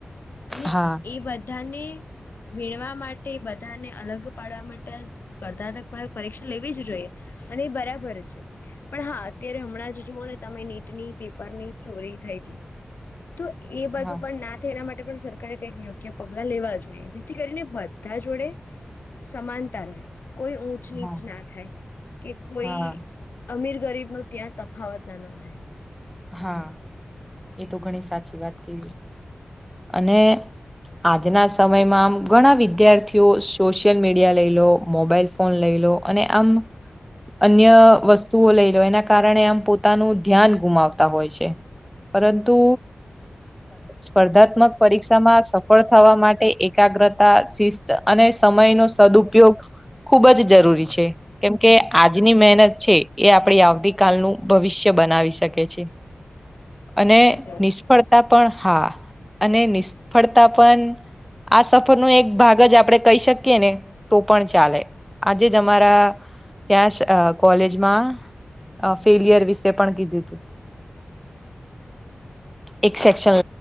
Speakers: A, on the left; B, in the centre.
A: અને
B: હા.
A: એ બધાને વીણવા માટે બધાને અલગ પાડવા માટે સ્પર્ધાત્મક પરીક્ષા લેવી જ જોઈએ અને એ બરાબર છે. પણ હા અત્યારે હમણાં જ જુઓ ને તમે નીટની પેપરની ચોરી થઈ હતી. તો એ બધું
B: હા
A: પણ ના થાય એના માટે પણ સરકારે કઈક યોગ્ય પગલા લેવા જોઈએ જેથી કરીને બધા જોડે સમાનતા રહે કોઈ ઊંચ ની
B: હા
A: ના થાય કે કોઈ
B: હા
A: અમીર ગરીબ ન ત્યાં તફાવત ના નોંધાય
B: હા. એ તો ઘણી સાચી વાત કે અને આજના સમયમાં આમ ઘણા વિદ્યાર્થીઓ સોશિયલ મીડિયા લઈ લો મોબાઈલ ફન લઈ લો અને આમ અન્ય વસ્તુઓ લઈ લો એના કારણે આમ પોતાનું ધ્યાન ગુમાવ હોય છે. પરંતુ સ્પર્ધાત્મક પરીક્ષામાં સફળ થવા માટે એકાગ્રતા શિ અને સમય નો સદઉપયોગ ખુબ જ જરૂરી કેમ કે આજની મહેનત છે એ આપડી આવતી કલનું ભવિષ્ય બનાવી શકે છે. અને
A: સાચી વાત
B: નિષ્ફળતા
A: છે
B: પણ હા અને નિષ્ફળતા પણ આ સફર નો એક ભાગ જ આપણે કહી શકીએ ને તો પણ ચાલે આજે જ અમારા ત્યાં કોલેજમા ફેલિયર વિશે પણ કીધું તુ એક સેક્શન